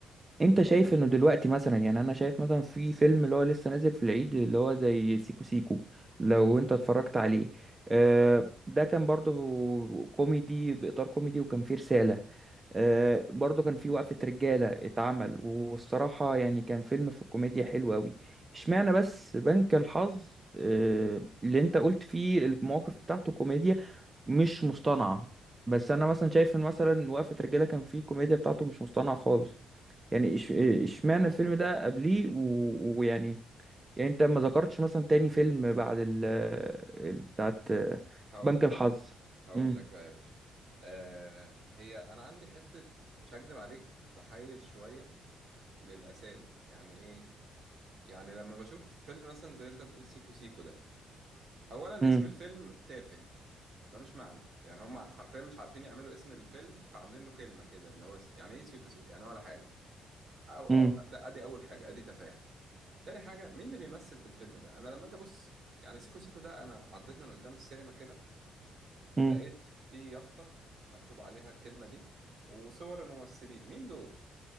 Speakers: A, on the right; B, on the right.
A: أنت شايف إنه دلوقتي مثلا يعني أنا شايف مثلا في فيلم اللي هو لسه نازل في العيد اللي هو زي سيكو سيكو لو أنت اتفرجت عليه آه، ده كان برضه كوميدي بإطار كوميدي وكان فيه رسالة آه، برضو كان في وقفة رجالة اتعمل والصراحة يعني كان فيلم في الكوميديا حلو أوي اشمعنى بس بنك الحظ آه، اللي انت قلت فيه المواقف بتاعته كوميديا مش مصطنعة بس أنا مثلا شايف إن مثلا وقفة رجالة كان فيه الكوميديا بتاعته مش مصطنعة خالص يعني اش- اشمعنى
B: اهو
A: الفيلم ده قبليه و- ويعني يعني انت ما ذكرتش مثلا تاني فيلم بعد ال ال- بتاعت آه،
B: هقول
A: بنك
B: لك
A: الحظ
B: هقول
A: مم،
B: لك بقى يا باشا آه هي انا عندي حته مش هكدب عليك تحيز شويه للاسامي يعني ايه يعني لما بشوف فيلم مثلا زي انت بتقول سيكو سيكو ده اولا
A: مم،
B: اسم الفيلم تافه ملوش معنى يعني هم حرفيا مش عارفين يعملوا اسم الفيلم فعاملين له كلمه كده اللي هو س- يعني ايه سيكو سيكو يعني ولا حاجه أو,
A: مم،
B: أو ده ادي اول حاجه ادي تفاهه تاني حاجه مين اللي بيمثل في الفيلم ده انا لما اجي ابص يعني سيكو سيكو ده انا عديت من قدام السينما كده
A: مم،
B: لقيت في يافطة مكتوب عليها الكلمة دي وصور الممثلين مين دول؟